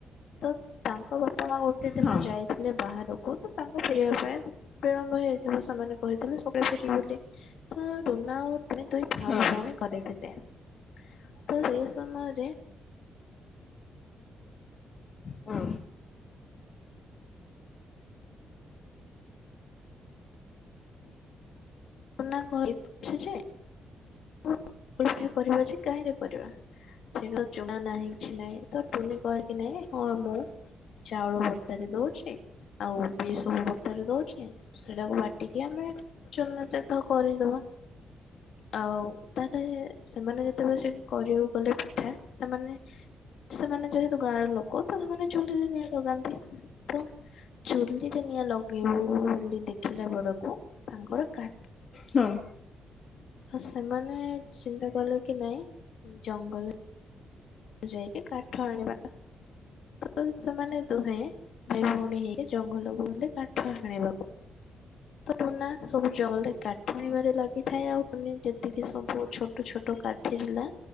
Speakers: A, on the left (about 70°); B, on the left (about 55°).
A: ତ ତାଙ୍କ ବା ପା ମା ଗୋଟେ ଦିନ
B: ହଁ ହଁ
A: ଯାଇଥିଲେ ବାହାରକୁ କହୁ ତୁ ତାଙ୍କ ଫେରିବା ପାଇଁ ବିଳମ୍ବ ହେଇଯାଇଥିବ ସେମାନେ କହିଥିଲେ ସକାଳୁ ଫେରିବେ ବୋଲି। ତ ଟୁନା ଓ ଟୁନି ଦୁଇ ଭାଇ
B: ହଁ ହଁ ହଁ ହଁ ହଁ
A: ଭଉଣୀ କରେଇ ଦେଲେ । ତ ସେ ସମୟରେ
B: ହଁ।
A: ନା-କହିଛି ଯେ ଅପେକ୍ଷା କରିବା ଯେ କାହିଁରେ କରିବା ସେଇଟା ଚୁଣା ନାହିଁ। କିଛି ନାଇଁ ତ ଟୁନି କହିକି ନାହିଁ ହଁ ମୁଁ ଚାଉଳ ଭତାରେ ଦଉଛି ଆଉ ଓବିସବୁ ଭତାରେ ଦଉଛି ସେଟାକୁ ବାଟିକି ଆମେ ଚୁନ ତ କରିଦବା ଆଉ ତା ହେଲେ ସେମାନେ ଯେତେବେଳେ ସେ କରିବାକୁ ଗଲେ ପିଠା ସେମାନେ ସେମାନେ ଯେହେତୁ ଗାଁର ଲୋକ ତ ସେମାନେ ଚୁଲିରେ ନିଆଁ ଲଗାନ୍ତି ତ ଚୁଲିରେ ନିଆଁ ଲଗେଇବୁ ବୋଲି ଦେଖିଲା ବେଳକୁ ତାଙ୍କର କା
B: ହଁ।
A: <unintelligible> ସେମାନେ ଚିନ୍ତା କଲେ କି ନାଇଁ ଜଙ୍ଗଲ ଯାଇକି କାଠ ଆଣିବା ତ ସେମାନେ ଦୁହେଁ ଭାଇ ଭଉଣୀ ହେଇକି ଜଙ୍ଗଲକୁ ଗଲେ କାଠ ହାଣିବାକୁ ତ ଟୁନା ସବୁ ଜଙ୍ଗଲ ରେ କାଠ ହାଣିବାରେ ଲା ହୋଇ ଥାଏ ଆଉ କୁନି ଯେତିକି ସବୁ ଛୋଟ ଛୋଟ କାଠି ଥିଲା